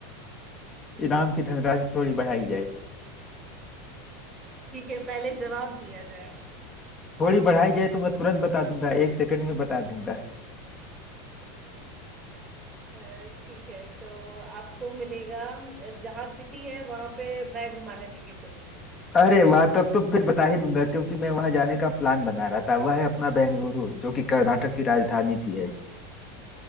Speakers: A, on the left; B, on the right.
A: इनाम की धनराशि थोड़ी बढ़ाई जाए
B: ठीक है पहले जवाब दिया जाए
A: थोड़ी बढ़ाई जाए तो मैं तुरंत बता दूंगा एक सेकंड में बता दूंगा
B: अ, ठीक है तो आपको मिलेगा अ, जहाँ सिटी है वहां पे मैं घुमाने लेके चलूंगी
A: अरे वाह तब तो फिर बता ही दूंगा क्योंकि मैं वहां जाने का प्लान बना रहा था वह है अपना बेंगलुरु जो कि कर्नाटक की राजधानी भी है